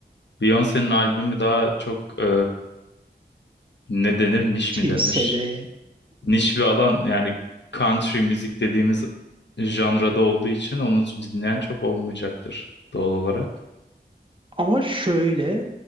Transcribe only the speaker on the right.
Kimsede.
Ama şöyle